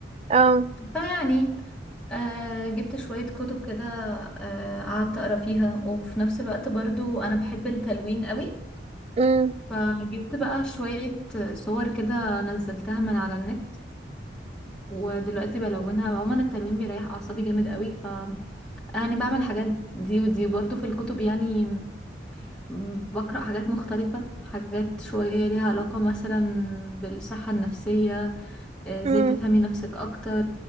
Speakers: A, on the right (about 35°); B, in the centre.
A: اه
B: فيعني آه، جبت شوية كتب كده آه، قعدت اقرا فيها وفي نفس الوقت برضو انا بحب التلوين قوي
A: امم
B: فجبت بقى شوية صور كده نزلتها من على النت ودلوقتي بلونها عموما التلوين بيريح اعصابي جامد قوي ف يعني بعمل حاجات دي ودي برضه في الكتب يعني م- بقرأ حاجات مختلفة حاجات شوية ليها علاقة مثلا بالصحة النفسية آه، ازاي
A: امم
B: تفهمي نفسك اكتر